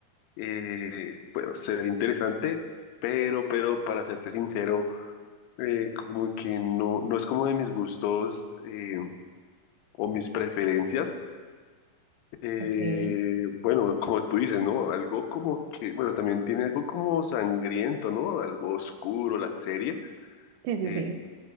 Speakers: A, on the left; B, on the right.
A: eh, bueno, se ve interesante, pero, pero para serte sincero, eh, como que no, no es como de mis gustos eh, o mis preferencias. Eh,
B: Okay,
A: bueno, como tú dices, ¿no? Algo como que, bueno, también tiene algo como sangriento, ¿no? Algo oscuro la serie.
B: Sí, sí,
A: Eh,
B: sí.